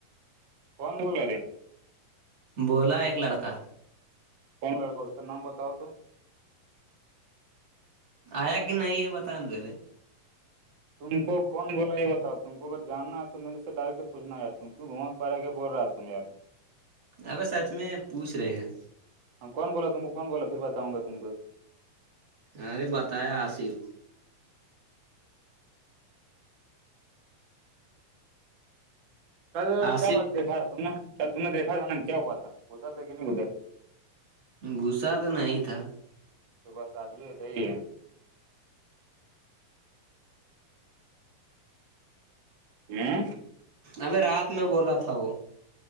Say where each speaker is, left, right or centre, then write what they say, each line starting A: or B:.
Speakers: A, on the right; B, on the right.
A: کون بول رہے
B: بولا ایک لڑکا
A: کون لڑکا اس کا نام بتاؤ تو
B: آیا کہ نہیں یہ بتائیں پہلے
A: تم کون بولا یہ بتاؤ تم کو اگر جاننا ہے تو میرے سے ڈائریکٹ پوھنا ہے ت کیوں گھوما پھرا کے بول رہا تم میں یار
B: اب سچ میں پوچھ رہے ہیں
A: ہ کون بولا تم کون بولا پھر بتاؤںا تم کو
B: ارے بتایا آصف
A: کل
B: آصف
A: کیا بات دیکا تھا تم کل تم نے دیکھا تھا نا کیا ہوا تھا گسا تھا کہ نہیں گزرا
B: غصہ تو نہیں تھا
A: تو بس آج بھی ہے جئیے ہے
B: ابھی رات میں بولا تھا وہ